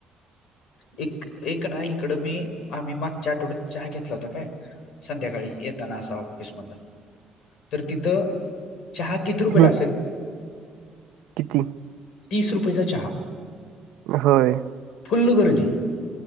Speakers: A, on the left (about 60°); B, on the right (about 85°).
A: एक एक ना इकडं मी आम्ही मागच्या आठवड्यात चाय घेतला होता काय संध्याकाळी येताना असा ऑफिसमधुन तर तिथं चहा किती रुपये
B: हं
A: ला असेल
B: किती
A: तीस रुपयेचा चहा
B: होय
A: फुल्ल गर्दी